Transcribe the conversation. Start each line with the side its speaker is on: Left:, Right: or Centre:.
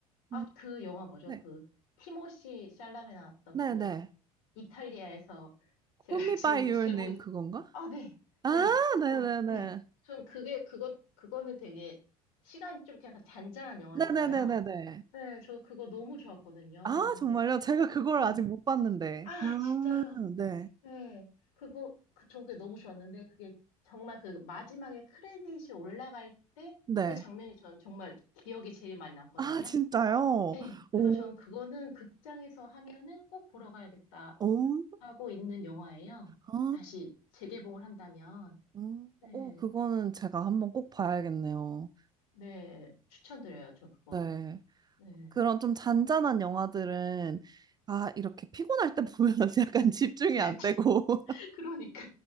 Left: 아,
Right: 음,
Left: 그 영화 뭐죠?
Right: 네.
Left: 그 티모시 샬라메 나왔던
Right: 네네.
Left: 그 이탈리아에서
Right: Call
Left: 제가 <laughs>
Right: me
Left: 지금
Right: by your
Left: 제목이
Right: name 그건가?
Left: 아, 네.
Right: 아,
Left: 네.
Right: 네네네.
Left: 저 네. 전 그게 그거 그거는 되게 시간이 좀 이렇게 약간 잔잔한 영화잖아요.
Right: 네네네네네.
Left: 네, 저 그거 너무 좋았거든요.
Right: 아
Left: 근데
Right: 정말요? 제가 그걸
Left: 네.
Right: 아직 못 봤는데.
Left: 아,
Right: 아
Left: 진짜요.
Right: 네.
Left: 네. 그거 그, 저 그게 너무 좋았는데 그게 정말 그 마지막에 크레딧이 올라갈 때
Right: 네.
Left: 그 장면이 전 정말 기억에 제일 많이 남거든요.
Right: 아 진짜요?
Left: 네, 그래서
Right: 오.
Left: 저는 그거는 극장에서 하면은 꼭 보러 가야겠다
Right: 오
Left: 하고 있는 영화예요.
Right: 아.
Left: 다시 재개봉을 한다면.
Right: 음.
Left: 네,
Right: 오 그거는 제가 한번 꼭 봐야겠네요.
Left: 네, 추천드려요, 저 그거.
Right: 네.
Left: 네.
Right: 그런 좀 잔잔한 영화들은 아 이렇게 피곤할 때 보면 <laughs> 약간 집중이
Left: <laughs>
Right: 안 되고
Left: 그러니까.